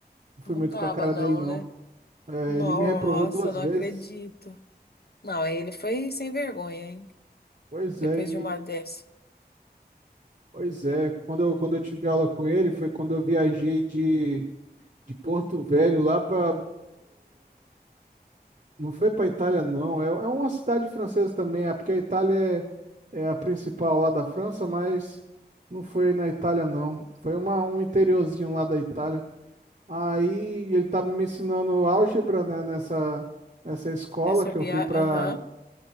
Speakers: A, on the right; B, on the left.
A: fui
B: Não
A: muito
B: tava,
A: com a cara
B: não,
A: dele, não.
B: né?
A: É,
B: Nossa,
A: ele me reprovou duas
B: não
A: vezes.
B: acredito. Não, aí ele foi sem vergonha, hein?
A: Pois
B: Depois
A: é, e,
B: de uma dessa.
A: pois é. Quando eu, quando eu tive aula com ele, foi quando eu viajei de, de Porto Velho lá para Não foi para Itália, não. É, é uma cidade francesa também, é porque a Itália é, é a principal lá da França, mas não foi na Itália, não. Foi uma, um interiorzinho lá da Itália. Aí ele estava me ensinando álgebra, né, nessa, nessa escola
B: Nessa
A: que
B: viagem,
A: eu fui para.
B: aham,